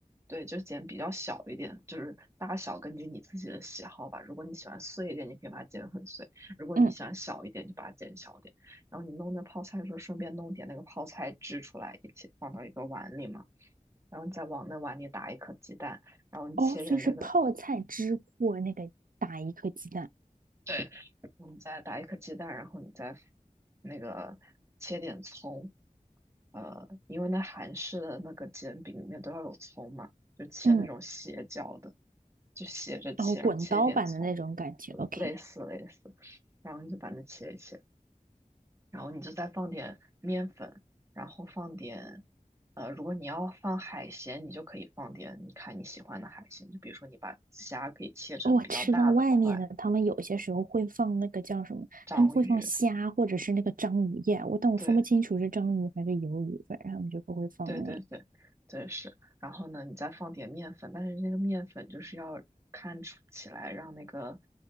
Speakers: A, on the right (about 20°); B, on the right (about 80°).
A: 对，就剪比较小一点，就是大小根据你自己的喜好吧。如果你喜欢碎一点，你可以把它剪很碎；如果你喜欢小一点，
B: 嗯，
A: 就把它剪小一点。然后你弄那泡菜的时候，顺便弄点那个泡菜汁出来，一起放到一个碗里嘛。然后你再往那碗里打一颗鸡蛋，然后你切点那个
B: 哦，所以是泡菜汁或那个打一颗鸡蛋，
A: 对，你再打一颗鸡蛋，然后你再那个切点葱，呃，因为那韩式的那个煎饼里面都要有葱嘛，就切那种斜角的，
B: 嗯，
A: 就斜着切，
B: 然后滚刀版的那种感觉，OK。
A: 然后切一点葱，呃类似类似，然后你就把它切一切，然后你就再放点面粉，然后放点，呃，如果你要放海鲜，你就可以放点你看你喜欢的海鲜，就比如说你把虾可以切成比较大的块，
B: 我吃到外面的，他们有些时候会放那个叫什么，
A: 章鱼，
B: 他们会放虾或者是那个章鱼耶，我但我分不清楚是章鱼还是鱿鱼，
A: 对。
B: 反正他们就不会放那个。
A: 对对对，对是。然后呢，你再放点面粉，但是那个面粉就是要看出起来，让那个